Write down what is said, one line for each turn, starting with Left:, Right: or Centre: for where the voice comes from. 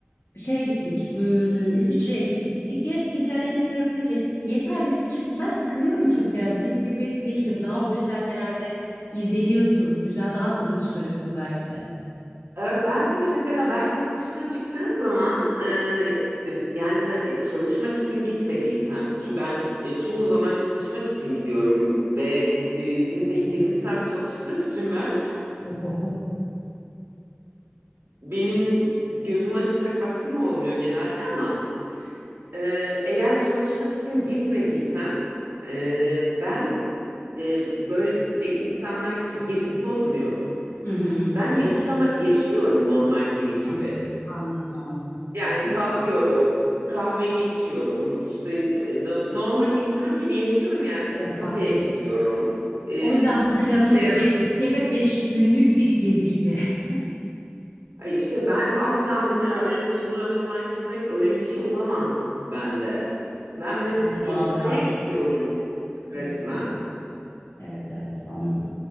Left: şeye gittik. hmm, İsviçre'ye gittik. E, gezdik. Interlaken tarafını gezdik. Yeter dedik çıktık. Ben sıkılıyorum çabuk herhalde. Senin gibi değilim. Daha böyle sen herhalde irdeliyorsun. Güzel daha tadını çıkarıyorsun belki de.
Right: E, Ben tabii mesela ben yurt dışına çıktığım zaman e, yani za- e, çalışmak için gitmediysem ki ben e, çoğu zaman çalışmak için gidiyorum ve e, günde 20 saat çalıştığım için ben
Left: <laughs>
Right: benim gözümü açacak vaktim olmuyor genelde ama e, eğer çalışmak için gitmediysem e, ben e, böyle insanlar gibi gezip tozmuyorum.
Left: Hı hı.
Right: Ben yaşama, yaşıyorum normal biri gibi.
Left: An- Anladım, anladım.
Right: Yani
Left: O zaman
Right: kalkıyorum, kahvemi içiyorum, işte e, normal insan gibi yaşıyorum yani K-
Left: evet
Right: kafeye
Left: anladım.
Right: gidiyorum, e,
Left: O yüzden
Right: bilgisayarımı
Left: bu planımız 5 gece ve 5 günlük bir geziydi. <laughs>
Right: Ay işte ben asla mesela öyle turla falan gitmek öyle bir şey olamaz bende. Ben böyle
Left: Ben de
Right: yaşamaya
Left: bağlı kalmayı
Right: gidiyorum
Left: düşünüyorum. Evet, kesinlikle.
Right: resmen.
Left: Evet, evet anladım.